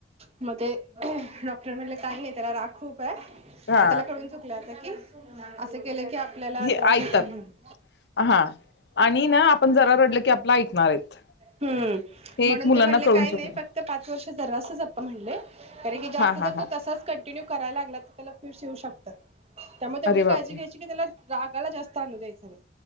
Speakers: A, on the right; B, on the left.
A: म ते डॉक्टर म्हणले काही नाही त्याला राग खूप काय आणि
B: हा
A: त्याला कळून चुकलंय आता की, असे केले की आप आपल्याला
B: हे
A: त्रास
B: ऐकतात
A: होतं म्हणून
B: हा आणि ना आपण जरा रडलं की आपला ऐकणार आहेत
A: हं
B: हे
A: म्हणून
B: एक मुलांना
A: तर मनल
B: कळून
A: काही
B: चुकलं
A: नाही फक्त पाच वर्ष जरासं जपा म्हणले कारण की जास्त
B: हा हा
A: जर
B: हा
A: तो तसाच कन टीन्यू करायला लागला तर त्याला फिट्स येऊ शकतात. त्यामुळे तेवढी
B: अरे बापरे
A: काळजी घ्यायची की त्याला राग त्याला जास्त आणु द्यायचा नाय